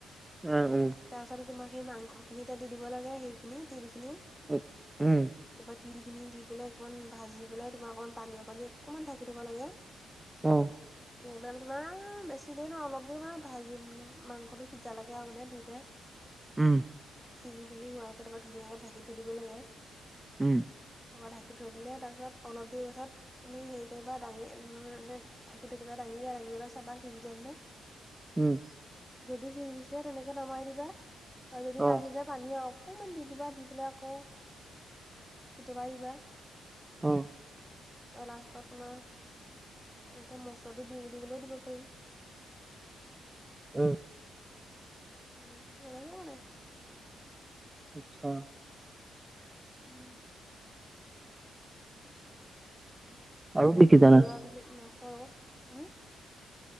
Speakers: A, on the right (about 15°); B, in the centre.
A: উম্, উম্।
B: তাৰ পাছতে তোমাৰ সেই মাংসখিনিতে দি দিব লাগে। সেইখিনি, তিল খিনি
A: উ-উম্,
B: তাৰপা তিল খিনি দি পেলাই অকণমান ভাজি পেলাই, তোমাৰ অকণমান পানী অকণ দি অকণমান ধাকি থ'ব লাগে।
A: অ',
B: এইবাৰ তোমাৰ বেছি দেৰি নহয়, অলপ দেৰি মানে ভাজি মাংসটো সিজা লেকে আৰু মানে দুইটাই
A: উম্,
B: সিজি মেলি হোৱালেকে তোমাৰ ধুনীয়াকে ঢাকি দিব লাগে।
A: উম্,
B: তাৰপৰা ঢাকি থৈ দিলে, তাৰ পিছত অলপ দেৰি পাছত তুমি হেৰি কৰিবা দাঙি উম্, এ ঢাকি থয় দিবা, দাঙিবা, দাঙি পেলাই চাবা সিজিলে নে নাই।
A: উম্,
B: যদি সিজিছে, তেনেকে নমাই দিবা আৰু যদি
A: অ',
B: নাই সিজা পানী অকনমান দি দিবা, দি পেলাই আকৌ উতলাই দিবা।
A: উম্।
B: লাষ্টত তোমাৰ এনেতে মচলাটো দিওঁ বুলি ক'লেও, দিব পাৰি।
A: উম,
B: উম্, তেনেকেই বনাই।
A: আচ্ছা।
B: উম্। এনেকে
A: আৰু কি
B: হেৰিয়
A: কি জানা?
B: আধুনিক মাছৰ লগত, উম্!